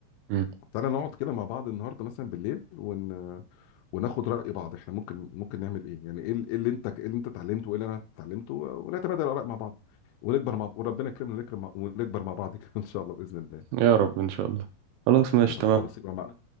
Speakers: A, on the right; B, on the left.
A: مم.
B: تعالى نقعد كده مع بعض النهارده مثلا بالليل ون... وناخد راي بعض احنا ممكن ممكن نعمل ايه يعني ايه ال- إيه اللي انت ايه اللي انت اتعلمته وايه اللي انا اتعلمته ونتبادل الاراء مع بعض ونكبر مع وربنا يكرمنا ونكرم ونكبر مع بعض كده <laughs> ان شاء الله باذن الله
A: يا رب ان شاء الله خلاص ماشي
B: يلا
A: تمام
B: خلاص يبقى مع...